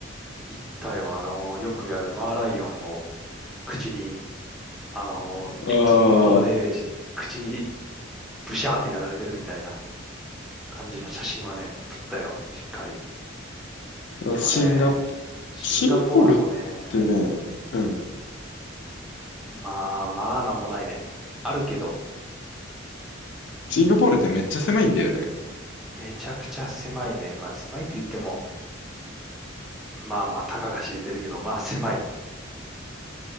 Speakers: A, in the centre; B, on the left (about 60°).
A: 行ったよ、あのーよくやるマーライオンを口にあの、遠近法でし口に
B: あ
A: ブシャーってやられてるみたいな感じの写真はね、撮ったよ、しっかり。
B: あ、
A: でもね、
B: <laughs> シンガ、
A: シンガポールもね、
B: シンガポールってね、うん。
A: まあまあなんもないね。あるけど、
B: シンガポールってめっちゃ狭いんだよね。
A: めちゃくちゃ狭いね。まあ狭いって言っても、まあまあたかが知れてるけど、まあ狭いね。